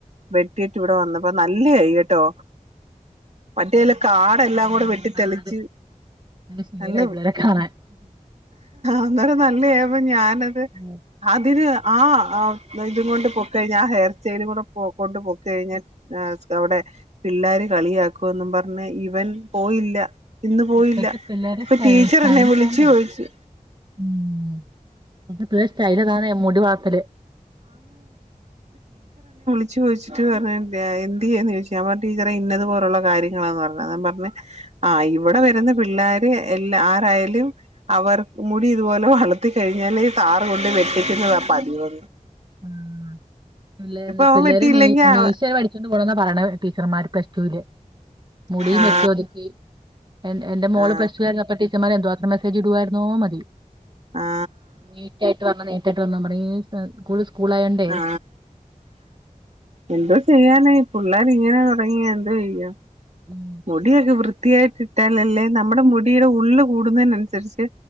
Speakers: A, on the right; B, on the right.
A: വെട്ടിട്ട് ഇവിടെ വന്നപ്പോ നല്ല വെയിട്ടോ മറ്റേല്ലേ കാടെല്ലാം വെട്ടി തെളിച്ച്
B: അത് ശീലായി
A: നല്ല
B: പിള്ളേരെ കാണാൻ
A: അന്നേരം നല്ലായപ്പോ ഞാനത്
B: ഉം.
A: അതിന് ആ അ ഇതും കൊണ്ട് പോക്കഴിഞ്ഞ ആ ഹെയർ സ്റ്റെലും കൂടെ പോ കൊണ്ട് പോക്കകഴിഞ്ഞ അവടെ പിള്ളാര് കളിയാക്കുന്ന് പറഞ്ഞ് ഇവൻ പോയില്ല ഇന്ന് പോയില്ല
B: ഇപ്പത്തെ പിള്ളേരെ
A: ഇപ്പൊ
B: സ്റ്റൈല്
A: ടീച്ചറ് എന്നെ വിളിച്ച്
B: താനേ
A: ചോയിച്ച്
B: ഉം ഇപ്പളെ സ്റ്റൈല് ഇതാണെ മുടി വളർത്തല്
A: വിളിച്ച് ചോയ്ച്ചിട്ട് പറഞ്ഞ് എന്ത്‌യ്യെന്നു ചോയിച്ചു ഞാൻ പറഞ്ഞ് ടീച്ചറെ ഇന്നത് പോലുള്ള കാര്യങ്ങളാന്ന് പറഞ്ഞ് ത്താനം പറഞ്ഞ് ആ ഇവടെ വ ര്ന്ന പിള്ളേര് എല്ല ആരായാലും അവർ മുടി ഇതുപോലെ വളർത്തി കഴിഞ്ഞാല് താറ് കൊണ്ട് വെട്ടിക്കുന്നതാ പതിവ്
B: ഉം പിള്ളേര്
A: അവൻ
B: പിള്ളേര്
A: വെട്ടിയില്ലെങ്കി
B: മീ
A: ആ
B: മീശ വടിച്ചോണ്ട് പോണ്‌ന്നാ പറയ്ണ ടീച്ചറ്മാര് പ്ലസ് ടുല് മുടിയും
A: ആ
B: വെട്ടി ഒതുക്കി എൻ എന്റെ മോള്
A: ആ
B: പ്ലസ് ടു കഴിഞ്ഞപ്പോ ടി ച്ചറ്മാര് എന്തോ മാത്രം മെസ്സേജിട് വായിരുന്നോ മതി
A: ആ
B: നീറ്റായിട്ട് വരണം നീ റ്റായിട്ട് വന്നാപറിം ഏ സ്കൂള് സ്കൂളായോണ്ടേ
A: ആ എന്ത്‌ ചെയ്യാനേ പിള്ളേര് ഇങ്ങനെ തോടങ്ങിയ എന്തോയെയ്യും
B: ഉം
A: മുടിയൊക്കെ വൃത്തിയായിട്ട് ഇട്ടാ ലല്ലേ നമ്മടെ മുടിയുടെ ഉള്ള് കൂടുന്നേനനുസരിച്ച്